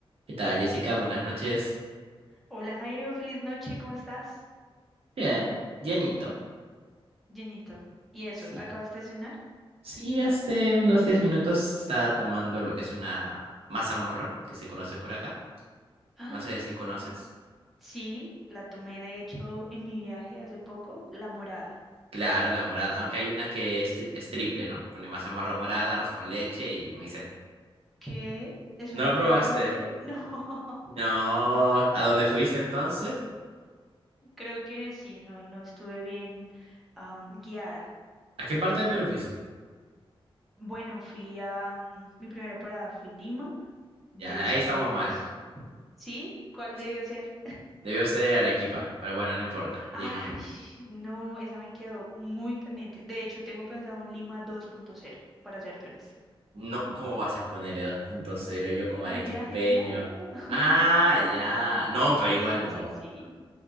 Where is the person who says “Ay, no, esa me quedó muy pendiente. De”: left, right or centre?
Centre